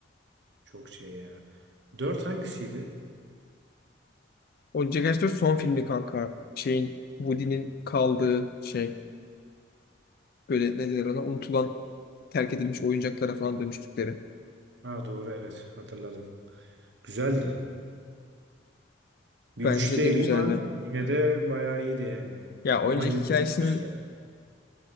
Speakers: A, on the right; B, on the left.
A: Çok şey ya. Dört hangisiydi?
B: Oyuncak Aşk'ta son filmi kanka. Şeyin Woody'nin
A: Hı.
B: kaldığı şey. Böyle ne denir ona? Unutulan terk edilmiş oyuncaklara falan dönüştükleri.
A: Ha doğru evet hatırladım. Güzeldi. Bir
B: Bence
A: 3 değil
B: de güzeldi.
A: ama yine de bayağı iyiydi yani.
B: Ya oyuncak
A: Ama Lilith
B: hikayesinin
A: işte